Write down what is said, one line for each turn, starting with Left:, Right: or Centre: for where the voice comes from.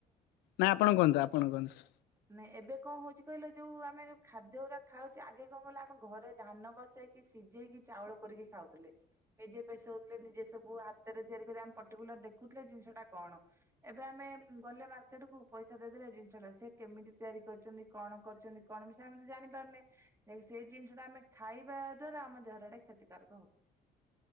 Left: ନା ଆପଣ କୁଅନ୍ତୁ ଆପଣ କୁଅନ୍ତୁ।
Right: ନା ଏବେ କଣ ହଉଚି କଇଲ ଯୋଉ ଆମେ ଖାଦ୍ୟଉରା ଖାଉଚେ ଆଗେ କଣ କଇଲ ଆମେ ଘରେ ଧାନ ବସେଇ କି ସିଜେଇକି ଚାଉଳ କରିକି ଖାଉଥୁଲେ। ନିଜେ ପେଶଉଥିଲେ ନିଜେ ସବୁ ହାତରେ ତିଆରି କରି ଆମେ ପର୍ଟିକୁଲାର ଦେଖୁଥିଲେ ଜିନିଷଟା କଣ ଏବେ ଆମେ ଗଲେ ମାର୍କେଟ କୁ ପଇସା ଦେଇଦେଲେ ଜିନିଷ ଟା ସେ କେମିତି ତିଆରି କରୁଚନ୍ତି କଣ କରୁଚନ୍ତି କଣ ମିଶା ଆମେତ ଜାଣି ପାରୁନେ। ଜା କି ସେଇ ଜିନିଷ ଟା ଆମେ ଖାଇବା ଦ୍ଵାରା ଆମ ଦେହରେ ହେଟା କ୍ଷତିକାରକ ହଉ